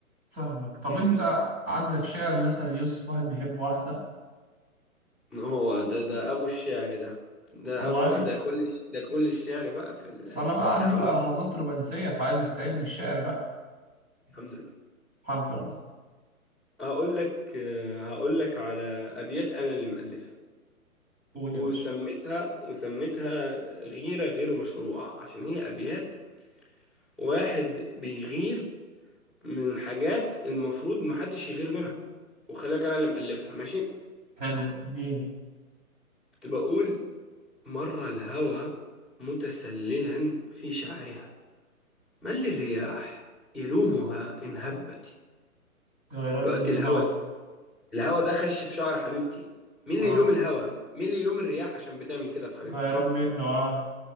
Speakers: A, on the right (about 20°); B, in the centre.
A: فاهمك طب
B: يعني
A: انت عندك شعر مثلا يوصف واحد بيحب واحده
B: هو ده ده أبو الشعر ده ده
A: والله
B: أبو بقى ده كل الش- ده كل الشعر بقى في ال
A: بس انا بقى عندي
B: يعني
A: بقى
B: أقول لك
A: لحظات رومانسيه فعايز استعير بالشعر بقى
B: الحمد لله
A: حمك الله
B: هقول لك هقول لك على أبيات أنا اللي مألفها
A: قول يا
B: وسميتها
A: باشا
B: وسميتها غيرة غير مشروعة عشان هي أبيات واحد بيغير من حاجات المفروض محدش يغير منها وخليك أنا اللي مألفها ماشي
A: حلو اديني
B: كنت بقول مر الهوى متسللا في شعرها من للرياح يلومها إن هبت
A: غيران
B: دلوقتي
A: من الهوى
B: الهوى الهوى ده خش في شعر حبيبتي مين اللي
A: اه
B: يلوم الهوى مين اللي يلوم الرياح عشان بتعمل كده في حبيبتي
A: غيران
B: ها
A: منه اه